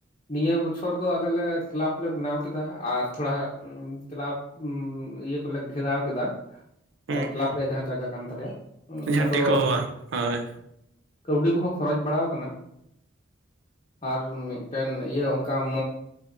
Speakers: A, on the left; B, on the right.
A: ᱱᱤᱭᱟᱹ ᱵᱚᱪᱷᱚᱨ ᱫᱚ ᱟᱞᱮ ᱞᱮ ᱠᱞᱟᱵᱽ ᱞᱮ ᱵᱮᱱᱟᱣ ᱠᱮᱫᱟ ᱟᱨ ᱛᱷᱚᱲᱟ ᱠᱞᱟᱵᱽ ᱤᱭᱟᱹ ᱠᱚᱞᱮ ᱜᱷᱮᱨᱟᱣ ᱠᱮᱫᱟ
B: ᱦᱩᱸ
A: ᱠᱞᱟᱵᱽ
B: ᱦᱩᱸ
A: ᱨᱮᱭᱟᱜ ᱡᱟᱦᱟᱸ ᱡᱟᱭᱜᱟ ᱠᱟᱱ ᱛᱟᱞᱮᱭᱟ
B: ᱡᱷᱟᱹᱱᱴᱤ
A: ᱟᱫᱚ
B: ᱠᱚ ᱵᱟᱝ ᱦᱳᱭ
A: ᱠᱟᱹᱣᱰᱤ ᱠᱚᱦᱚᱸ ᱠᱷᱚᱨᱚᱪ ᱵᱟᱲᱟᱣ ᱠᱟᱱᱟ ᱟᱨ ᱢᱤᱫᱴᱮᱱ ᱤᱭᱟᱹ ᱚᱱᱠᱟ <unintelligible> <unintelligible>